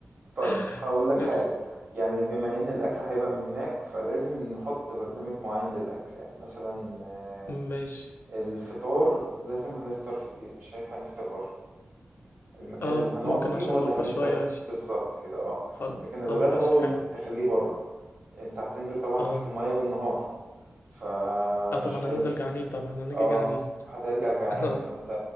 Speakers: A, on the right; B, on the left.
A: طيب
B: <laughs>
A: هاقول لك
B: ماشي
A: حاجة، يعني بما إن الأكل هيبقى من هناك، فلازم نحُط برنامج معيّن للأكل، يعني مثلًا آه،
B: ماشي
A: الفطار لازم هنفطر في البيت، مش هينفع نفطر برّه، المكان
B: اه
A: اللي هنقعد
B: ممكن
A: فيه
B: عشان
A: هو اللي
B: نوفر
A: هنفطر
B: شوية
A: فيه،
B: ماشي
A: بالضبط كده آه،
B: خلاص
A: لكن الغدا
B: اه ماشي
A: هو اللي
B: حلو
A: ممكن تخلّيه برّه، أنت هتنزل طبعًا
B: اه
A: تحت المَيّة بالنهار، فمش
B: اه طبعا
A: هينفع
B: هننزل جعانين طبعا هنيجي
A: آه،
B: جعانين
A: هترجع جعان،
B: <laughs> اه
A: فأنت